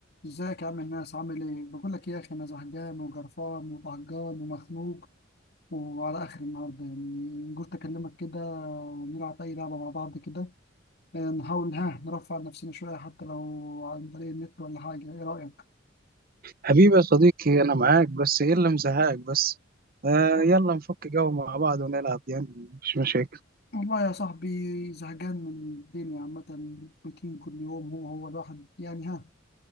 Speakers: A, on the left; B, on the right.
A: ازيك يا عم الناس عامل ايه؟ بقول لك ايه يا اخي انا زهقان وجرفان وقهقان ومخنوق وعلى اخر النهارده يعني قلت اكلمك كده ونلعب اي لعبه مع بعض كده آه، نحاول ها نرفع عن نفسنا شويه حتى لو عن طريق النت ولا حاجه ايه رايك؟
B: حبيبي يا صديقي أنا معاك بس إيه اللي مزهقك بس آه
A: و-
B: يلا نفك جو مع بعض ونلعب يعني مش مشاكل
A: والله يا صاحبي زهقان من الدنيا عامه روتين كل يوم هو هو الواحد يعني ها